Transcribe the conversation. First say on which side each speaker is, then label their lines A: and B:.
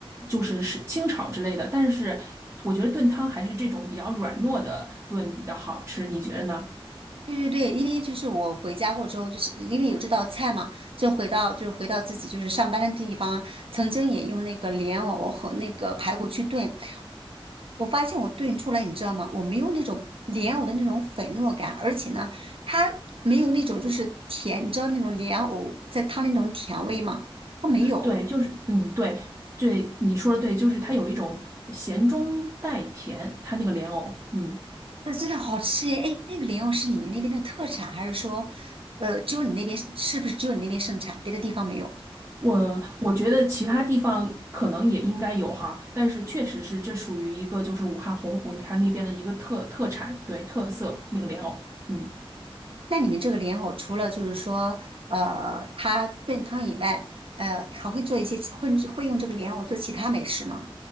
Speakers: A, on the right; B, on the right.
A: 就是是清炒之类的。但是我觉得炖汤还是这种比较软糯的炖比较好吃，你觉得呢？
B: 对对对，因为就是我回家过之后，就是因为有这道菜嘛，就回到就是回到自己就是上班的地方，曾经也用那个莲藕和那个排骨去炖，我发现我炖出来，你知道吗？我没有那种莲藕的那种粉糯感，而且呢，它没有那种就是甜，你知道那种莲藕在汤里那种甜味吗？它没有，
A: 对，就是嗯，对对，你说的对，就是它有一种咸中带甜，它那个莲藕，嗯，
B: 那真的好吃耶！哎，那个莲藕是你们那边的特产，还是说，呃，只有你那边是不是只有你那边盛产，别的地方没有？
A: 我我觉得其他地方可能也应该有哈，但是确实是这属于一个就是武汉洪湖它那边的一个特特产，对，特色那个莲藕，嗯，
B: 那你们这个莲藕除了就是说，呃，它炖汤以外，呃，还会做一些其会会用这个莲藕做其他美食吗？